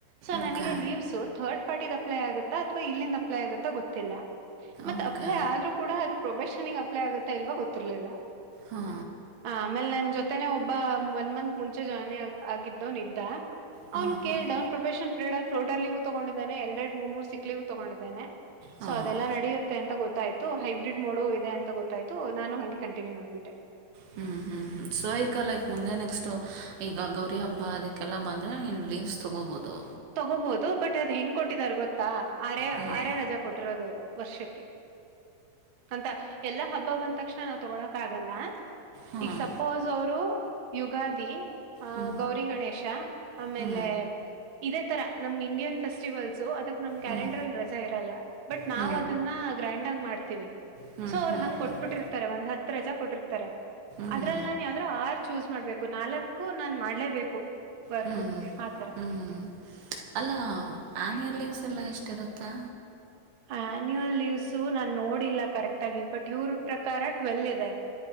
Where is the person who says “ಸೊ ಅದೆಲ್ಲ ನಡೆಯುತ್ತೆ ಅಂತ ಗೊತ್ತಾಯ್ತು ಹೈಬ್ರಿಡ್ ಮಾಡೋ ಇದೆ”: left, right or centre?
Right